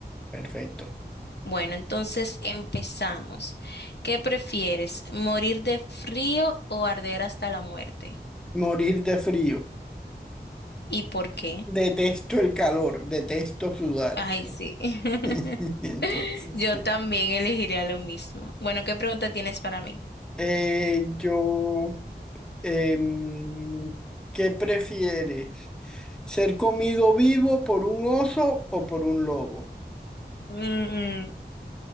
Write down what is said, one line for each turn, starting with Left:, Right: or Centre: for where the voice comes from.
Centre: perfecto.
Left: Bueno, entonces empezamos. ¿Qué prefieres? ¿Morir de frío o arder hasta la muerte?
Centre: Morir de frío.
Left: ¿Y por qué?
Centre: Detesto el calor, detesto sudar.
Left: Ay, sí. <laughs>
Centre: <laughs> Entonces,
Left: Yo
Centre: sí.
Left: también elegiría lo mismo. Bueno, ¿qué pregunta tienes para mí?
Centre: Eh, yo, em, ¿qué prefieres? ¿Ser comido vivo por un oso o por un lobo?
Left: Mm,